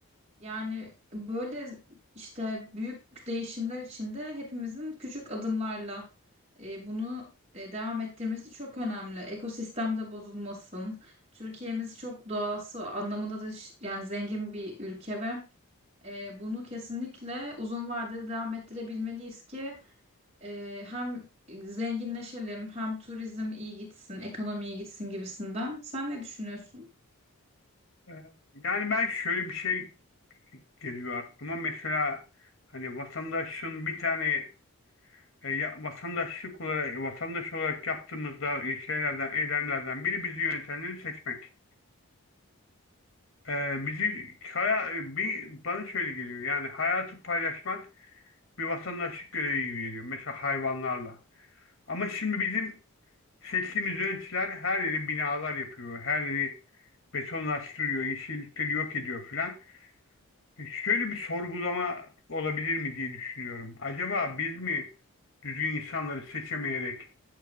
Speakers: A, on the right; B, on the left.
A: yani böyle işte büyük değişimler içinde hepimizin küçük adımlarla e, bunu e, devam ettirmesi çok önemli. Ekosistemde bozulmasın. Türkiye'miz çok doğası anlamında da ş- yani zengin bir ülke ve e, bunu kesinlikle uzun vadede devam ettirebilmeliyiz ki e, hem zenginleşelim hem turizm iyi gitsin, ekonomi iyi gitsin gibisinden. Sen ne düşünüyorsun?
B: E, yani ben şöyle bir şey geliyor aklıma. Mesela hani vatandaşın bir tane e, ya- vatandaşlık olarak vatandaş olarak yaptığımızda e, şeylerden, eylemlerden biri bizi yönetenleri seçmek. E, bizi haya- bir bana şöyle geliyor. Yani hayatı paylaşmak bir vatandaşlık görevi veriyor. Mesela hayvanlarla. Ama şimdi bizim seçtiğimiz yöneticiler her yeri binalar yapıyor. Her yeri betonlaştırıyor, yeşillikleri yok ediyor filan. E, Şöyle bir sorgulama olabilir mi diye düşünüyorum. Acaba biz mi düzgün insanları seçemeyerek